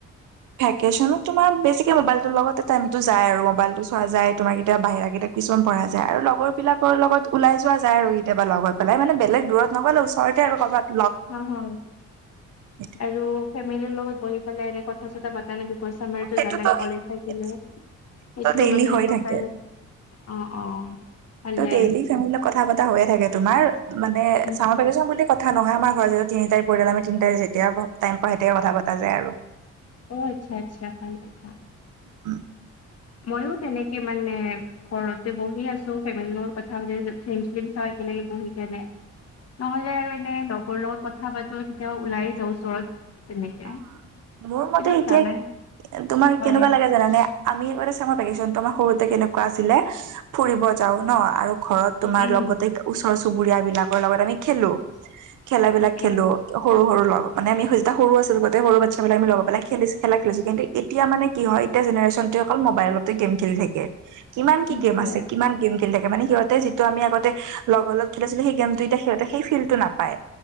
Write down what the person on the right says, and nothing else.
ভেকেশচনত তোমাৰ বেছিকে মোবাইলতো লগতে টাইমটো যায় আৰু মোবাইল টো চোৱা যায় তোমাৰ কেতিয়া বাহিৰা কেইটা কিছুমান পঢ়া যায় আৰু লগৰ বিলাকৰ লগত ওলাই যোৱা যায় আৰু কেতিয়াবা লগৰ পেলাই মানে বেলেগ দূৰত নগলেও ওচ ৰতে আৰু ক'বাত।
সেইটোৱে
অ', সেইটোতো
সেইটোতো
ডেইলি
হৈ
থাকে
সেইটো ডেইলি ফেমিলি কথা পতা হৈয়ে থাকে তোমাৰ মানে
চামৰ
ভেকেচন বুলি ক কথা নহয় আমাৰ ঘৰত যদি তিনিটাই পৰিয়াল, আমি তিনিতাই যেতিয়াই টাইম পাও সেতিয়াই কথা পতা যায় আৰু।
উম
অ
অ মোৰ মতে
এতিয়া
তোমাৰ
কেনেকুৱা লাগে জানানে? আমি আগতে চামাৰ ভেকেশনটো আমাৰ সৰুতে কেনেকুৱা আছিলে ফুৰিব যাও ন আৰু ঘৰত তোমাৰ
লগতে ওচৰ চুবুৰীয়া বিলাকৰ লগত আমি খেলো, খেলা বিলাক
খেলো। সৰু-সৰু লগ, মানে আমি সইচদা সৰু আছিলো গোটেই সৰু বাচ্ছাবিলাক আমি লগ পেলাই খেলিছো খেলা খেলিছো, কিন্তু এতিয়া মানে কি হয় এতিয়া জেনেৰেচনটোৱে অকল মবাইলত তে গেম খেলি থাকে, কিমান
কি গেম আছে, কিমান গেম খেলি থাকে মানে সিহঁতে যিটো আমি আগতে লগৰ লগ খেলিছিলো সেই গেমটো এতিয়া সিহঁতে সেই ফিল্টো নাপায়।